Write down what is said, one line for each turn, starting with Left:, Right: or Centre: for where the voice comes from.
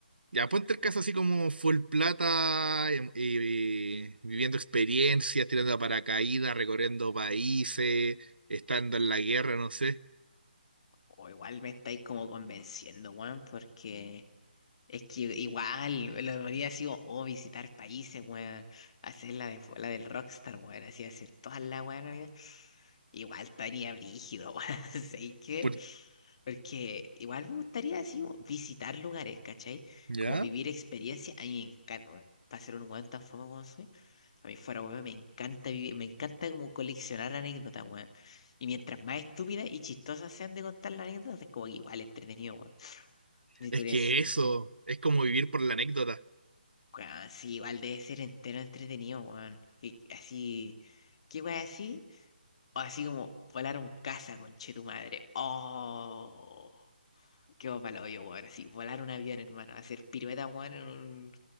Right: ya ponte el caso así como full plata, em- eh, viviendo experiencias, tirando a paracaídas, recorriendo países, estando en la guerra, no sé.
Left: O igual me estáis como convenciendo, weón, porque Es que igual, lo debería así, como, oh, visitar países, weón. Hacer la, de, la del rockstar, weón. Así, hacer todas las weón, amiga. Igual estaría brígido, <laughs> weón. ¿Sabes qué?
Right: Por-
Left: Porque igual me gustaría así, como, visitar lugares, ¿cachai?
Right: ¿Ya?
Left: Como vivir experiencias. A mí me encanta, weón. Para ser un weón tan famoso como soy. A mí fuera, weón, me encanta vivir, me encanta como coleccionar anécdotas, weón. Y mientras más estúpidas y chistosas sean de contar las anécdotas, es como que igual entretenido, weón. Y
Right: es
Left: tú dirías
Right: que
Left: así,
Right: eso
Left: ¿Mm?
Right: es como vivir por la anécdota.
Left: Weón, sí, igual debe ser entero entretenido, weón. Que- Así, ¿qué weón así? O así como volar un caza, conche tu madre. Oh, qué palo yo, weón. Así, volar un avión, hermano. Hacer pirueta, weón, en un